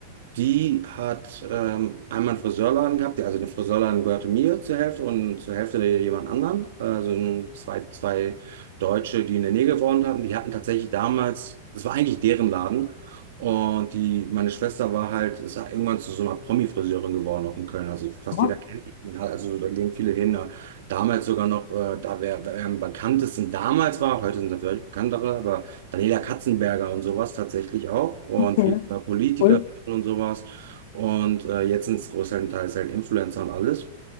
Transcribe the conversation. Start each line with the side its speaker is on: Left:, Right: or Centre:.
Right: die hat ähm, einmal einen Friseurladen gehabt, der- also der Friseurladen gehörte mir zur Hälfte und zur Hälfte jemand anderen. Also ein- zwei, zwei Deutsche, die in der Nähe gewohnt hatten, die hatten tatsächlich damals, das war eigentlich deren Laden. Und die, meine Schwester war halt, ist halt irgendwann zu so einer Promi-Friseurin geworden, auch in Köln. Also fast
Left: Ja,
Right: jeder kennt die, also da gehen viele hin. Da- Damals sogar noch, äh, da wer, wer am bekanntesten damals war, heute sind da vielleicht bekanntere, aber Daniela Katzenberger und sowas tatsächlich auch. Und
Left: Okay,
Right: viele Politiker
Left: cool.
Right: und sowas. Und äh, jetzt sind es größtenteils Teils halt Influencer und alles.